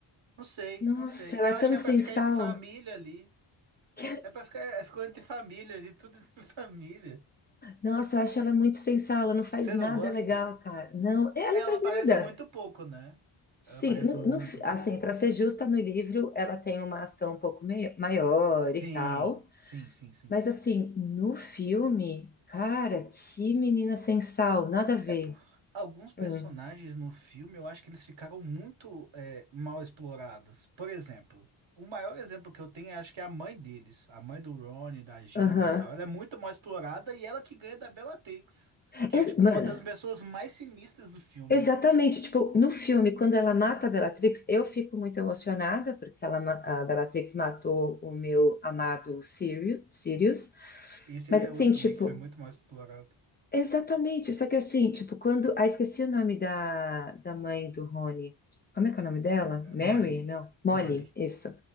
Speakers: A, on the right (about 60°); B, on the left (about 20°).
A: Não sei,
B: Nossa,
A: não sei.
B: ela
A: Eu
B: é tão
A: acho que é
B: sem
A: pra ficar
B: sal.
A: entre família ali.
B: <laughs>
A: É pra ficar, é, ficou entre família ali, tudo entre <laughs> família.
B: Nossa, eu acho ela muito sem sal. Ela
A: Você
B: não faz nada
A: não gosta?
B: legal, cara. Não, ela
A: É,
B: não
A: Ela
B: faz
A: aparece
B: nada.
A: muito pouco, né?
B: Sim,
A: Ela aparece
B: no-
A: muito
B: no fi- assim,
A: pouco,
B: para
A: muito
B: ser
A: pouco.
B: justa, no livro ela tem uma ação um pouco mei- maior
A: Sim,
B: e tal,
A: sim, sim, sim.
B: mas assim, no filme, cara, que menina sem sal, nada a ver.
A: É por alguns personagens
B: Hum,
A: no filme, eu acho que eles ficaram muito é, mal explorados. Por exemplo, o maior exemplo que eu tenho, eu acho que é a mãe deles, a mãe do Ron, da Gina
B: aham.
A: e tal. Ela é muito mal explorada e ela que ganha da Bellatrix, que
B: Ex-
A: é tipo
B: Mano,
A: uma das pessoas mais sinistras do filme.
B: exatamente, tipo, no filme, quando ela mata a Bellatrix, eu fico muito emocionada, porque ela, ma- a Bellatrix matou o meu amado Sirius, Sirius,
A: Esse
B: mas
A: aí é
B: assim,
A: outro também
B: tipo,
A: que foi muito mal explorado.
B: Exatamente, só que assim, tipo, quando. Ah, esqueci o nome da, da mãe do Rony. Como é que é o nome dela?
A: É
B: Mary?
A: Molly.
B: Não, Molly,
A: Molly.
B: isso.